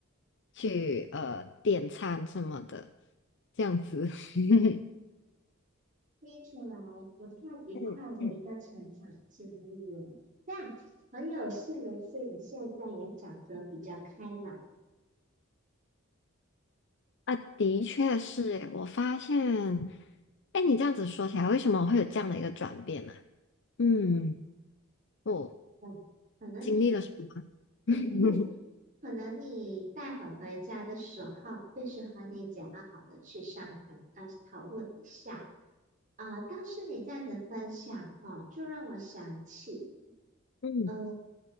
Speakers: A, on the left; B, on the right.
A: 去呃点餐什么的，这样子。<laughs>
B: 听起来不太愉快的一个成长经历耶。
A: 嗯嗯
B: 但很有幸的是，你现在也长得比较开朗
A: 啊，的确是诶，我发现，哎，你这样子说起来，为什么我会有这样的一个转变呢？嗯，我
B: 嗯，可能你。
A: 经历了什么吗？<laughs>
B: <laughs> 可能你待会儿回家的时候，就是和你讲好的去商谈，呃，讨论一下。啊、倒是你这样子分享哈、就让我想起，
A: 嗯
B: 呃，